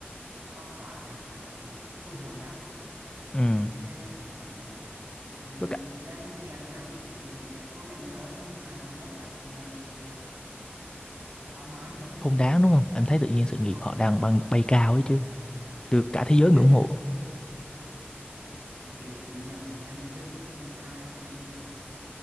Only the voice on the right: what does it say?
phong tỏa tài sản hoặc là thu hồi lại
trên cái sản phẩm đấy thì
um,
đây tiền 20 tỷ thì à, công nhận nhiều ấy nhưng mà mất cả sự nghiệp thì uh, khó nói rồi
nó
không hề
đáng
đúng rồi
đúng
không
kể
cái từ sự nghiệp này danh dự tương lai coi như là